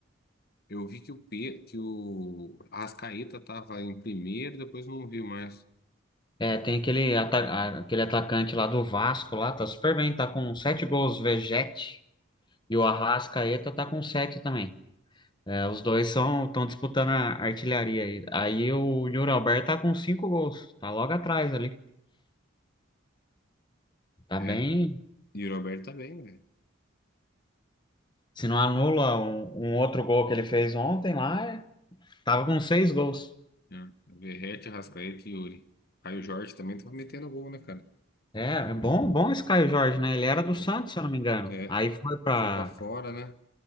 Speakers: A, on the left; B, on the left.
A: eu vi que o Pe... que o Arrascaeta tava em primeiro, depois não vi mais.
B: É, tem aquele, ata- a- aquele atacante lá do Vasco lá, tá super bem, tá com sete gols, Vegete, e o Arrascaeta tá com sete também. É, os dois são estão disputando a artilharia aí. Aí o Yuri Alberto tá com cinco gols, tá logo atrás ali. Tá bem.
A: É, e o Roberto tá bem, velho.
B: Se não anula um, um outro gol que ele fez ontem lá, tava com seis gols.
A: né? Verratti, Arrascaeta e Yuri. Caio Jorge também tava metendo gol, né, cara?
B: É, é bom, bom esse Caio Jorge, né? Ele era do
A: Bom,
B: Santos, se eu não me engano.
A: é,
B: Aí foi pra.
A: foi pra fora, né?